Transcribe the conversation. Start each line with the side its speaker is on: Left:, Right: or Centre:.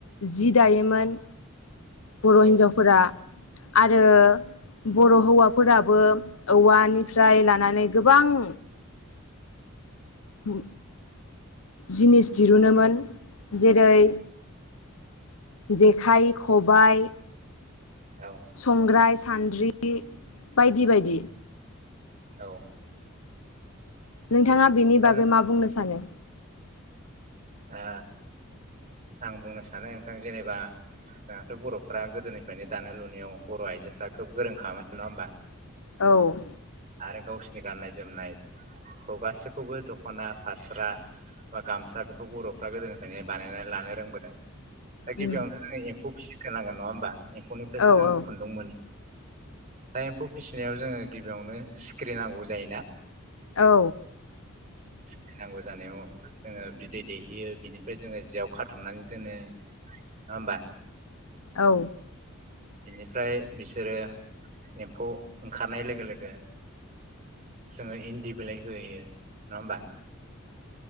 Left: जि दायोमोन। बर'
Right: औ
Left: हिन्जावफोरा। आरो बर' हौवाफोराबो औवानिफ्राय लानानै गोबां ह जिनिस दिरुनोमोन। जेरै जेखाइ खबाय
Right: औ
Left: संग्राय सान्द्रि बायदि बायदि
Right: औ
Left: नोंथाङा बेनि
Right: दा
Left: बागै मा बुंनो सानो
Right: ओ आं बुंनो सानो नोंथां जेनेबा जोंहाथ' बर'फ्रा गोदोनिफ्रायनो दानाय लुनायाव बर' आइजोफ्रा खोब गोरोंखामोन नङा होमबा।
Left: औ
Right: आरो गावसिनि गाननाय जोमनायखौ गासैखौबो दख'ना फास्रा बा गामसा बेखौ बर'फ्रा गोदोनिफ्रायनो बानायनानै लानो रोंबोदों दा गिबियावनो
Left: उम
Right: जोंङो एम्फौ फिसि होनांगोन नङा होमबा एम्फौनिफ्रायसो
Left: औ
Right: जोंङो
Left: औ
Right: खुन्दुं मोन दा एम्फौ फिसिनायाव जोंङो गिबियावनो सिखिरि नांगौ जायोना
Left: औ
Right: सिखिरि नांगौ जानायाव जोंङो बिदै दैहैयो बिनिफ्राय जोंङो जियाव खाथुमनानै दोनो नङा होमबा
Left: औ
Right: बेनिफ्राय बिसोरो एम्फौ ओंखारनाय लोगो लोगो जोंङो इन्दि बिलाइ होयो नङा होमबा